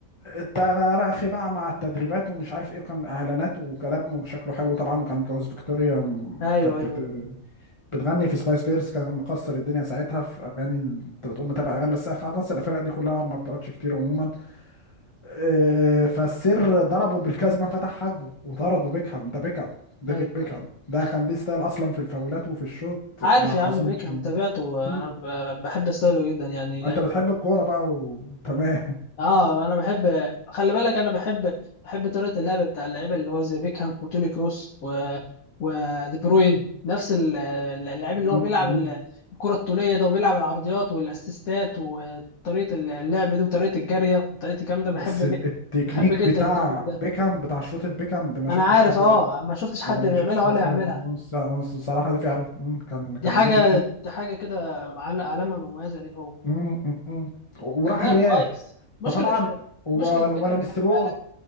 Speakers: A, on the left (about 25°); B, on the left (about 75°).
A: انت يا اخي بقى مع التدريبات ومش عارف ايه وكان اعلانات وكلام وشكله حلو طبعا وكان متجوز فيكتوريا م-
B: ايوه
A: كانت
B: ايوه
A: بت... بتغني في سبايس جيرلز كان مكسر الدنيا ساعتها في اغاني انت بتقول متابع اغاني بس خلاص الفرق دي كلها ما بتقعدش كتير عموما اه، فالسر ضربه بالكازما فتح حاجبه وطرده بيكهام ده بيكهام ديفيد
B: ايوه
A: بيكهام
B: ايوه
A: ده
B: أيوة.
A: كان ليه ستايل اصلا في الفاولات وفي الشوط ما
B: عارف يا
A: حصلش
B: عم بيكهام تابعته
A: مم.
B: انا ب- بحب ستايله جدا يعني
A: انت بتحب الكوره بقى وتمام
B: اه انا بحب خلي بالك انا بحب بحب طريقه اللعب بتاع اللعيبه اللي هو زي بيكهام وتوني كروس و ودي بروين نفس ال- اللعيب
A: مم.
B: اللي هو بيلعب
A: مم.
B: ال- الكره الطوليه ده وبيلعب العرضيات والاسيستات وطريقه اللعب دي وطريقه الجاريه وطريقه الكلام ده
A: بس
B: بحب
A: التكنيك
B: ج... بحب جدا
A: بتاع
B: التكنيك
A: بيكهام
B: ده
A: بتاع شوطة بيكهام ده ما
B: ما
A: شفتش
B: انا عارف
A: حد
B: اه
A: بيعمله
B: ما شفتش حد
A: ده ما
B: بيعملها
A: شفتش
B: ولا
A: حد فعلا
B: يعملها
A: بيعمله الص- الص- الصراحة دي فعلا مم، كان كان
B: دي حاجه
A: ليه تكنيك
B: دي حاجه كده عل- علامه مميزه ليه هو
A: مم، مم، مم. وراح
B: كان لاعب
A: الريال
B: كويس مشكله
A: فطبعا ولا
B: مشكله بيكهام
A: ولا نستروي
B: خلي بالك